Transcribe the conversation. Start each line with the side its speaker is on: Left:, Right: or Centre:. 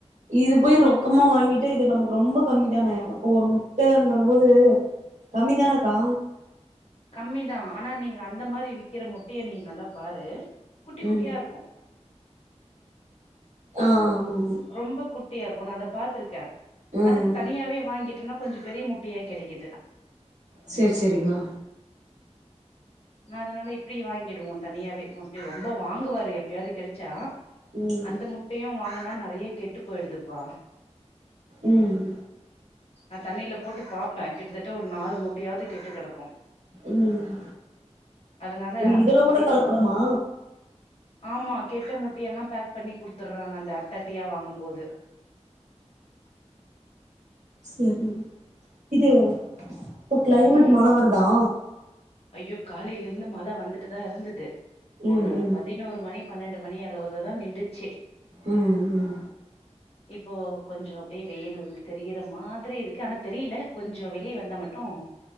Right: இது போய் ரொ பக்கமா வாங்கிட்டு இது நமக்கு ரொம்ப கம்மி தானே அப்போ ஒரு முட்டைங்கிற போது கம்மி தானக்கா
Left: கம்மிதான் ஆனா நீங்க அந்த மாரி விக்கிற முட்டையை நீ நல்லா பாரு குட்டி குட்டியா
Right: ம்
Left: இருக்கு
Right: ஆ ஆமா ஆமா
Left: ரொம்ப குட் குட்டியா இருக்கு நா அத பாத்திருக்கே
Right: ம்
Left: அதுக்கு தனியாவே வாங்கிட்டனா கொஞ்சம் பெரிய முட்டையா கெடைக்குது
Right: செரி செரிங்கா
Left: நான் அதனால இப்பிடி வாங்கிடுவோம் தனியாவே மோஸ்டி ரொம்ப வாங்குவாரு எப்பயாவது கெடைச்சா
Right: ம்
Left: அந்த முட்டையும் வாங்கனா நறைய கெட்டு போயிடுதுப்பா
Right: ம்
Left: நான் தண்ணில போட்டு பாப்பேன் கிட்டத்தட்ட ஒரு நாலு முட்டையாவது கெட்டு கெடக்கு
Right: ம்
Left: அதனால
Right: உ
Left: அப்பப்பவே
Right: இதுல கூட கலப்படுமா
Left: ஆமா கெட்ட முட்டைய எல்லாம் பேக் பண்ணி குடுத்துடுறாங்க அந்த அட்ட அட்டியா வாங்கும்போது
Right: சரி இது இப்ப கிளைமேட்
Left: ம்
Right: மழை வருதா
Left: ஐயோ காலையில இருந்து மழை வந்துட்டுதான் இருந்தது
Right: ம்
Left: ஒரு
Right: ம்
Left: பதினோரு மணி பன்னெண்டு மணி அளவுலதான் நின்ந்துச்சு
Right: உம் உம்
Left: இப்போ கொஞ்சம் அப்படியே வெயில் தெரிகிற மாதிரி இருக்கு ஆனா தெரியல கொஞ்சம் வெளியே வந்தா மட்டும்